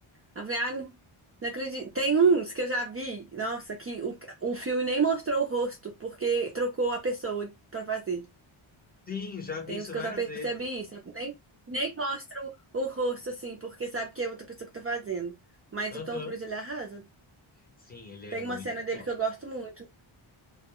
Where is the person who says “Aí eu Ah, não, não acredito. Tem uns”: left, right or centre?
Right